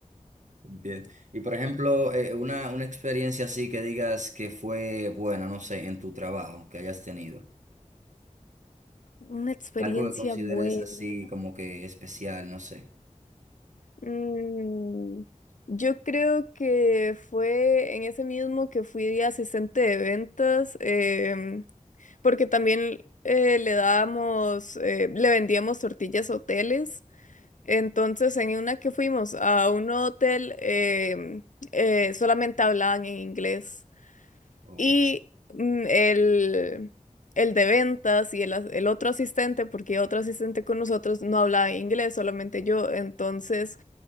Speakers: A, on the right; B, on the left.
A: Bien. Y por ejemplo, eh, una, una experiencia así que digas que fue buena, no sé, en tu trabajo que hayas tenido.
B: Una experiencia
A: Algo que consideres
B: buena.
A: así como que especial, no sé.
B: Mm, yo creo que fue en ese mismo que fui de asistente de ventas, em, porque también eh, le dábamos, eh, le vendíamos tortillas a hoteles. Entonces, en una que fuimos a un hotel, em, eh, solamente hablaban en inglés.
A: Oh,
B: Y mm, el, el de ventas y el, as- el otro asistente, porque otro asistente con nosotros no hablaba inglés, solamente yo. Entonces